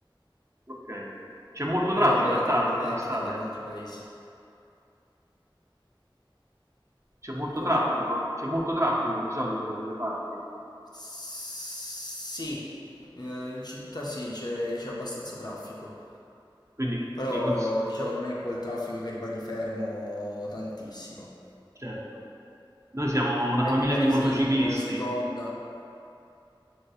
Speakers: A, on the right; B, on the left.
A: Ok. C'è molto
B: Poi
A: traffico
B: vabbè, da
A: a Taranto
B: Taranto vecchia
A: d'estate?
B: si va in altri paesi.
A: C'è molto
B: Come?
A: traffico? C'è molto traffico di solito da quelle parti?
B: Sì, eh, in città sì, c'è c'è abbastanza traffico.
A: Quindi
B: Però
A: mi cons-
B: diciamo non è quel traffico che rimani fermo tantissimo.
A: Certo. Noi siamo
B: Vai
A: una famiglia
B: magari
A: di motociclisti.
B: sì, in seconda.